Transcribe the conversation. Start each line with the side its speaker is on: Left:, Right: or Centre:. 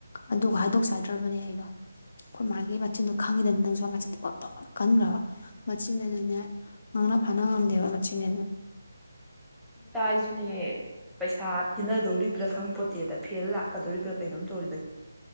Left: ꯑꯗꯨꯒ ꯍꯥꯏꯗꯣꯛꯆꯒ ꯅꯠꯇ꯭ꯔꯕꯅꯦ ꯑꯩꯗꯣ ꯑꯩꯈꯣꯏ ꯃꯥꯒꯤ ꯃꯆꯤꯟꯗꯣ ꯈꯪꯉꯤꯗꯅ ꯅꯪꯁꯨ ꯃꯆꯤꯟꯗꯣ ꯀꯣ ꯀꯟꯈ꯭ꯔꯕ ꯃꯆꯤꯟꯦꯅꯅꯦ ꯉꯥꯡꯅ ꯐꯅ ꯉꯝꯗꯦꯕ ꯃꯆꯤꯟꯅ
Centre: ꯇꯥꯥꯏꯁꯨꯅꯦ ꯄꯩꯁꯥ ꯊꯤꯟꯅꯗꯧꯔꯤꯕ꯭ꯔꯥ ꯈꯪ ꯄꯣꯠꯇꯦꯗ ꯐꯦꯜ ꯂꯥꯛꯀꯗꯣꯔꯤꯕ꯭ꯔꯥ ꯀꯩꯅꯣꯝ ꯇꯧꯔꯤꯕꯅꯤ